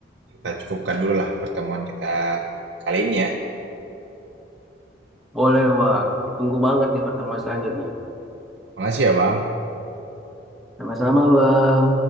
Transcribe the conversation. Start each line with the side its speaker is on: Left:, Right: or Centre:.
Right: kita cukupkan dulu lah pertemuan kita kali ini ya.
Centre: boleh Bang. Ditunggu banget di pertemuan selanjutnya.
Right: Makasih ya Bang.
Centre: Sama-sama Bang.